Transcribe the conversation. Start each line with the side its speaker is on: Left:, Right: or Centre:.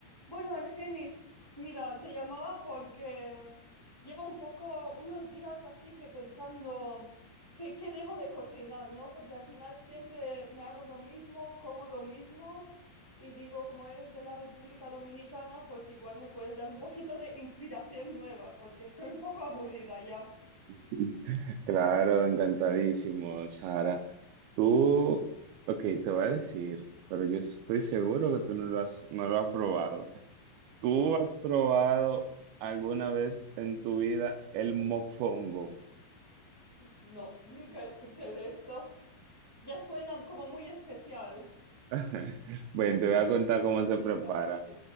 Left: Bueno, Argenis, mira, te llamaba porque llevo un poco, unos días así que pensando qué, qué debo de cocinar, ¿no? Porque al final siempre me hago lo mismo, como lo mismo y digo, como eres de la República Dominicana, pues igual me puedes dar un poquito de inspiración nueva, porque estoy un poco aburrida ya.
Right: <laughs> Claro, encantadísimo, Sara. Tú, ok, te voy a decir, pero yo estoy seguro que tú no lo has, no lo has probado. ¿Tú
Left: Ajá.
Right: has probado alguna vez en tu vida el mofongo?
Left: No, nunca escuché de esto. Ya suena como muy especial.
Right: <laughs> Bueno, te voy a contar cómo se prepara.
Left: ¿sabes?